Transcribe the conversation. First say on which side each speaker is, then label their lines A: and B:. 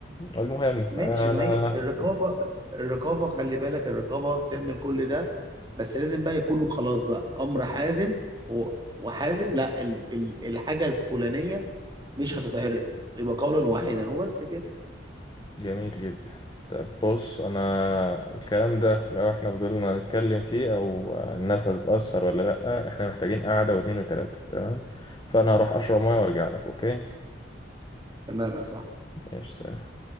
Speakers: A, on the left (about 25°); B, on the right (about 25°).
A: المهم
B: ماشي
A: أنا
B: ما هي الرقابة الرقابة خلي بالك الرقابة بتعمل كل ده بس لازم بقى يكونوا خلاص بقى أمر حازم و- وحازم لا ال- ال- الحاجة الفلانية مش هتتعرض يبقى قولا واحدا وبس كده
A: جميل جدا طب بص انا الكلام ده لو احنا فضلنا نتكلم فيه او الناس هتتأثر ولا لأ احنا محتاجين قعدة واتنين وتلاتة تمام فانا هروح اشرب ميه وارجع لك اوكي
B: تمام يا صاحبي
A: ماشي سلام